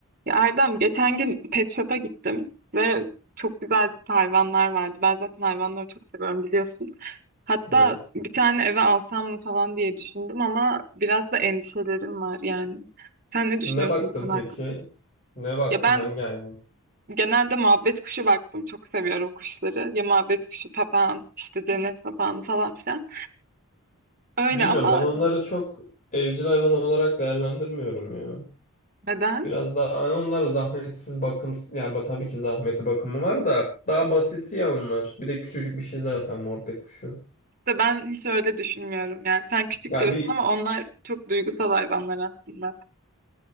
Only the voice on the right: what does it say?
Ya Erdem geçen gün pet shop'a gittim ve çok güzel hayvanlar vardı. Ben zaten hayvanları çok seviyorum biliyorsun. Hatta
bir tane eve alsam mı falan diye düşündüm ama biraz da endişelerim var yani. Sen ne düşünüyorsun
bu konu
hakkında?
Ya ben
genelde muhabbet kuşu baktım. Çok seviyorum kuşları. Ya muhabbet kuşu, papağan, işte cennet papağanı falan filan. Öyle
ama
neden?
İşte ben hiç öyle düşünmüyorum yani. Sen küçük
diyorsun
ama onlar çok duygusal hayvanlar aslında.